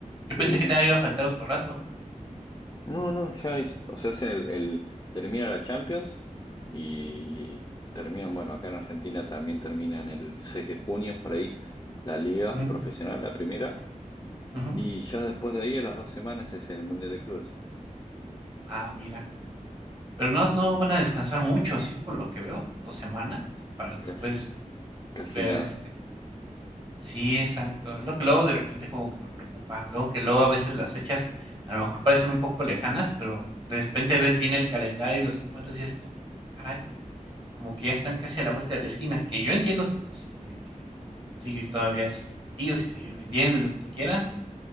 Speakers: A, on the right (about 35°); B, on the left (about 25°).
A: Yo pensé
B: eh,
A: que te iba a faltar otro rato.
B: no, no, ya es, o sea, hacen el, el- termina la Champions y terminan, bueno, acá en Argentina también terminan el 6 de junio, por ahí, la liga
A: Ujú,
B: profesional, la primera,
A: ujú.
B: y ya después de ahí, a las dos semanas, es el Mundial de Clubes,
A: Ah, mira. Pero no, no van a descansar mucho, sí, por lo que veo, dos semanas, para después
B: casi, casi
A: Ver,
B: nada.
A: este sí, exacto. lo que luego de repente como que me preocupa. Luego que luego a veces las fechas a lo mejor parecen un poco lejanas, pero de repente ves bien el calendario y los encuentras y dices tú, "Ah, caray, como que ya están casi a la vuelta de la esquina, que yo entiendo que pues sí tienen que seguir todavía sus partidos y seguir vendiendo y lo que tú quieras,